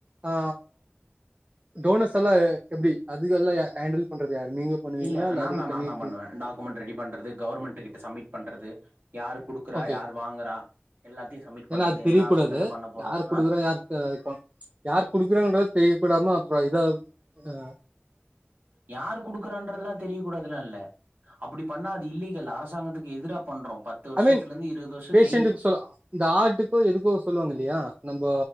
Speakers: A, on the right; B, on the right.
A: ஆ டோனஸ் எல்லா எப்படி அது எல்லா ஹேண்டில் பண்றது யாரு நீங்க பண்ணுவீங்களா
B: இல்ல நா
A: அதுக்கு
B: தா
A: தனி
B: நா தா பண்ணுவே
A: டீம்
B: டாக்குமெண்ரி ரெடி பண்றது கவர்மெண்ட் கிட்ட சப்மிட் பண்றது யார்ரு குடுக்குறா
A: ஓகே
B: யார்ரு வாங்குறா எல்லாத்தையு சப்மிட் பண்றது
A: ஏன்னா அது தெரிய
B: எந்த ஹாஸ்பிட்டல்ல
A: கூடாது
B: பண்ண போறோ
A: யார் குடுக்குறா
B: ஆ
A: யார் யார் குடுக்குறாங்கறத தெரியக்கூடாம அப்புறம் இதா அ
B: யார் கொடுக்குறன்றதெல்லா தெரியக்க கூடாதுல்லா இல்ல அப்படி பண்ணா அது இல்லி இல்ல அரசாங்கத்துக்கு எதிரா பண்றோ பத்து வருஷத்துல
A: ஐ மீன்
B: இருந்து இருவது வருஷோ
A: பேஷன்ட்க்கு
B: ஜெயிலு
A: சொ இந்த ஆட்க்கோ எதுக்கோ சொல்லுவாங்க இல்லையா நம்ப